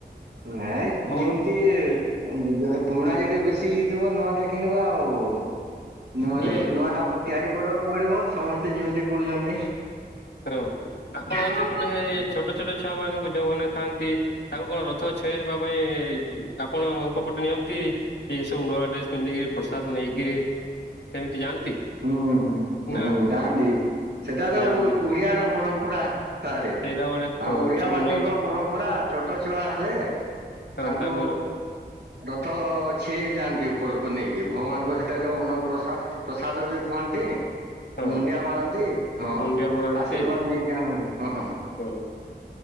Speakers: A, on the right; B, on the left.
A: ନାଇଁ
B: ହଁ
A: ଯେମିତି ପୁରୁଣା ଯଦି ବେଶୀ ଇଏ ହେଇଥିବ ନୂଆ ଟା କିଣିବା ଆଉ। ନହେଲେ
B: ହୁଁ
A: ନୂଆଟା ତିଆରି କରିବାକୁ ପଡିବ ସମସ୍ତେ ଯେମିତି କରୁଛନ୍ତି।
B: ହଁ ଆପଣଙ୍କ
A: ହୁଁ
B: ସେପଟେ ଛୋଟ ଛୋଟ ଛୁଆ ମାନଙ୍କୁ ଯୋଉମାନେ ଥାଆନ୍ତି ତାଙ୍କୁ କଣ ରଥ ଛୁଆଁଇବା ପାଇଁ ଆପଣଙ୍କ ପଟେ ନିଅନ୍ତି ଏସବୁ ନୂଆ ଡ୍ରେସ୍ ପିନ୍ଧିକି? ପ୍ରସାଦ ନେଇକି ସେମିତି ଯାଆନ୍ତି
A: ହୁଁ ହୁଁ
B: ନା
A: ହୁଁ ଯାଆନ୍ତି ସେଟା ତ
B: ଯାଆନ୍ତି?
A: ଓଡିଆର ପରମ୍ପରା ସାରେ
B: ସେଇଟା ଗୋଟେ ହଁ
A: ଆମ ଓଡିଆ
B: ସବୁ
A: ବାସୀଙ୍କ
B: ନୂଆ ଝି-
A: ପରମ୍ପରା ଛୋଟ ଛୁଆ ହେଲେ
B: ହଁ
A: ତାଙ୍କୁ
B: ତାଙ୍କର
A: ରଥ ଅଛି ଯାଆନ୍ତି ଉପରକୁ ନେଇକି ଭଗବାନଙ୍କ ସେ ଯୋଉ ଅନ୍ନ ପ୍ରସାଦ ପ୍ରସାଦ ବି ଖୁଆନ୍ତି।
B: ହଁ
A: ମୁଣ୍ଡିଆ ମାରନ୍ତି ହଁ,
B: ମୁଣ୍ଡିଆ ମରାନ୍ତି
A: ଆଶୀର୍ବାଦ ନେଇକି ଆଣନ୍ତି ହଁ।
B: ଆଚ୍ଛା ହଁ।